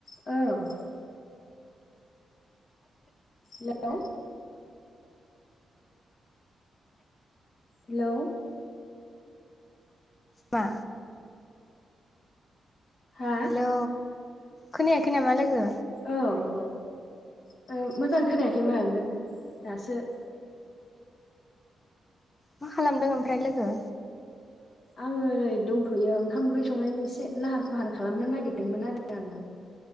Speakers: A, on the left; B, on the left.
A: औ hello hello
B: मा?
A: हा
B: हेलौ खोनायाखै नामा लोगो।
A: औ आब' मोजां खोनायाखैमोन लोगो दासो
B: मा खालामदों ओमफ्राय लोगो?
A: आङो ओरै दंथ'यो ओंखाम ओंख्रि संनायनि एसे लाहार फाहार खालामनो नागिरदोंमोन आरो आङो